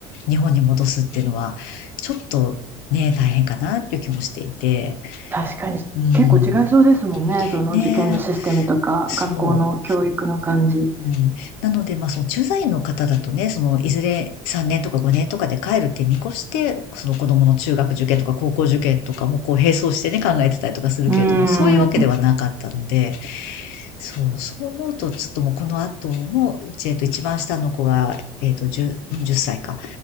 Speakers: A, on the left; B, on the right.
A: 日本に戻すっていうのは、ちょっとね、大変かなっていう気もしていて、
B: 確かに。
A: うん、
B: 結構違いそうですもんね。その受験のシステムとか、
A: ね、そう。
B: 学校の教育の感じ。
A: うん、なので、まあ、その駐在員の方だとね、その、いずれ3年とか5年とかで帰るって見越して、その子供の中学受験とか高校受験とかもこう並走してね、考えてたりとかするけれども、
B: うん、
A: そういうわけではなかったので、そう、そう思うと、ちょっともうこの後の、えっと、一番下の子が、えっと、10、10歳か。